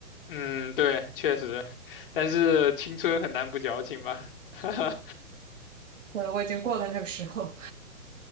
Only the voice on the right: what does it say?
我我已经过了那个时候。